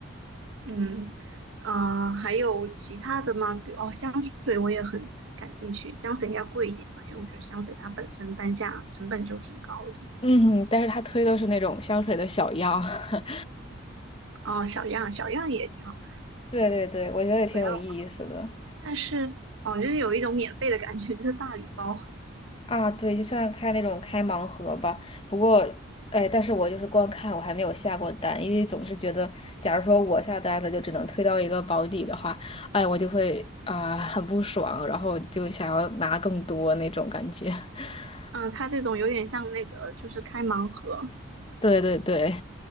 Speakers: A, on the right; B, on the left.
A: 嗯，呃，还有其他的吗？比如哦，香水我也很感兴趣，香水应该贵一点嘛，因为我觉得香水它本身单价成本就挺高的。
B: 嗯，但是它推的是那种香水的小样。<laughs>
A: 哦，小样小样也挺好，
B: 对对对，我觉得也挺有意思的。
A: 主要但是哦，就是有一种免费的感觉，就是大礼包。
B: 啊，对，就像开那种开盲盒吧。不过，哎，但是我就是光看，我还没有下过单，因为总是觉得，假如说我下单的就只能推到一个保底的话，哎，我就会啊、很不爽，然后就想要拿更多那种感觉。<laughs>
A: 嗯，他这种有点像那个，就是开盲盒，
B: 对对对，